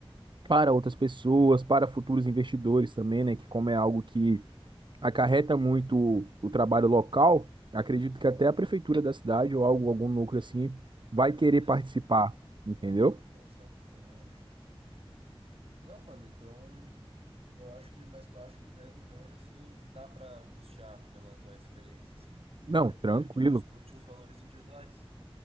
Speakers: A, on the right; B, on the right.
A: para outras pessoas, para futuros investidores também, né, que como é algo que acarreta muito o, o trabalho local, acredito que até a prefeitura da cidade ou algo, algum núcleo assim vai
B: Pode
A: querer
B: ser.
A: participar, entendeu?
B: Aham, pode ser. Também acho. Não, mano, então. Eu acho que. Mas tu acha que 10 milhões, assim, dá pra custear pela tua experiência, assim. E daí
A: Não,
B: depois
A: tranquilo,
B: a gente discute os valores individuais.